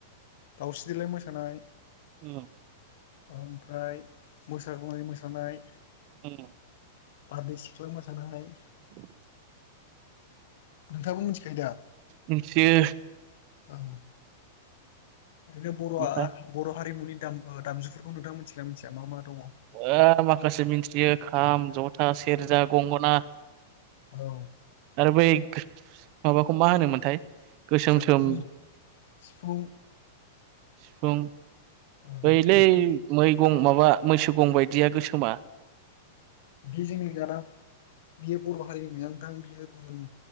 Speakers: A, on the left; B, on the right.
A: दावस्रि देलाय मोसानाय
B: उम
A: ओमफ्राय मोसाग्लांनाय मोसानाय
B: उम
A: बारदै सिख्ला मोसानायाय
B: <inaudible>
A: नोंथाङाबो मिथिखायो दा
B: मिथियो
A: औ ओरैनो बरआ
B: ओमफ्राय
A: बर हारिमुनि दाम दामजुफोरखौ नोंथांआ मिथियोना मिथिया मा मा दङ?
B: आ माखासे मिथियो खाम जथा सेरजा गंगना
A: औ
B: आरो बै माबाखौ मा होनोमोनथाय? गोसोम
A: जाबख्रिं
B: सोम
A: सिफुं
B: सिफुं
A: औ
B: बैलै
A: बेफोरखौ
B: मैगं माबा मैसो गं बायदिया गोसोमा
A: बेजोंनि गारां बियो बर हारिनि ना नोंथां बियो गुबुन